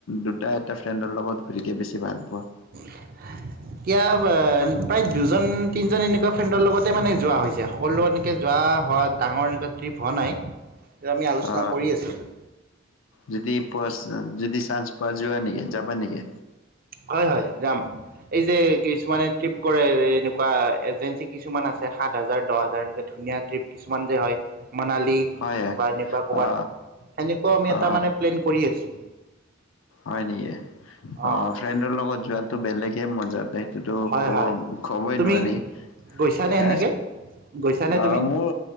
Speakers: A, on the left; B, on the right.
A: দুটা এটা ফ্ৰেণ্ডৰ লগত ঘূৰিকে বেছি ভাল পোৱা?
B: এতিয়া প্ৰায় দুজন তিনজন এনেকুৱা ফ্ৰেণ্ডৰ লগতে মানে যোৱা হৈছে সকলোত এনেকে যোৱা হোৱা ডাঙৰ এনেকুৱা ট্ৰিপ হোৱা নাই। আমি আলোচনা
A: অ
B: কৰি আছিলোঁ
A: যদি পোৱা যদি চানছ পোৱা যোৱা নেকি যাবা নেকি?
B: হয় হয় যাম এই যে কিছুমানে ট্ৰিপ কৰে এনেকুৱা এজেঞ্চি কিছুমান আছে সাত হাজাৰ দহ হাজাৰ এনেকে ধুনীয়া ট্ৰিপ কিছুমান যে হয় মনালী
A: হয়
B: বা এনেকুৱা ক'বাত
A: অ
B: সেনেকুৱাও আমি এটা
A: অ
B: মানে প্লেন কৰি আছোঁ
A: হয় নেকি অ
B: অঁ
A: ফ্ৰেণ্ডৰ লগত যোৱাতো বেলেগে মজা স
B: হয়
A: ক'ব
B: হয়
A: ক'বই
B: তুমি
A: নোৱাৰি
B: গৈছানে
A: হে
B: সেনেকে গৈছানে
A: অ
B: তুমি
A: মোৰ